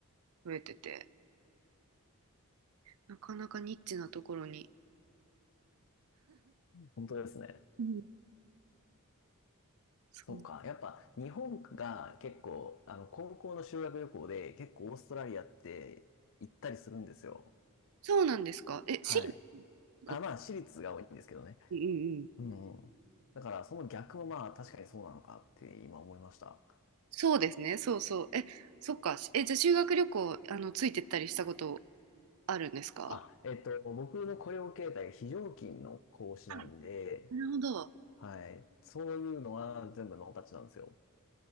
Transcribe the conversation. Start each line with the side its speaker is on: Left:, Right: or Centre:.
Right: 増えてて、なかなかニッチなところに。
Left: 本当ですね。
Right: うんそう、
Left: そうか。やっぱ日本が結構、あの、高校の修学旅行で結構オーストラリアって行ったりするんですよ。
Right: そうなんですか。え、
Left: はい。
Right: 私立ですか
Left: あ、まあ、私立が多いんですけどね。
Right: うんうんうん
Left: うんうん。だから、その逆もまあ、確かにそうなのかって今思いました。
Right: そうですね、そうそう。え、そっか。しえ、じゃあ修学旅行、あの、ついてったりしたことあるんですか
Left: あ、えっと、僕の雇用形態が非常勤の講師なんで、
Right: はいなるほど。
Left: はい。そういうのは全部ノータッチなんですよ。